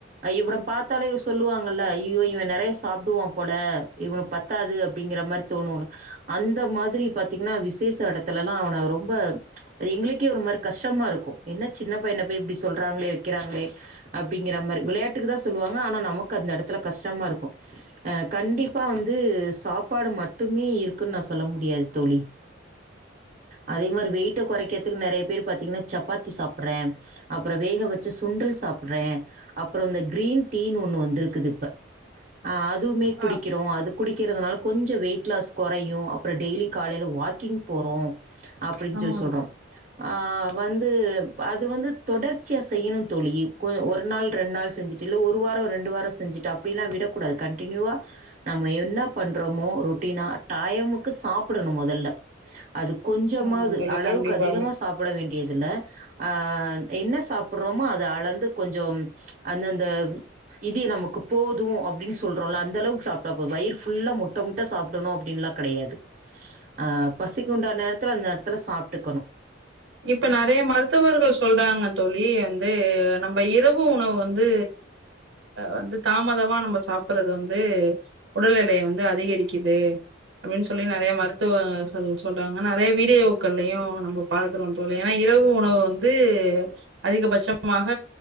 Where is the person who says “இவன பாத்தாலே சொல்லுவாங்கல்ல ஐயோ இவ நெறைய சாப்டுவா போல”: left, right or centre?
Right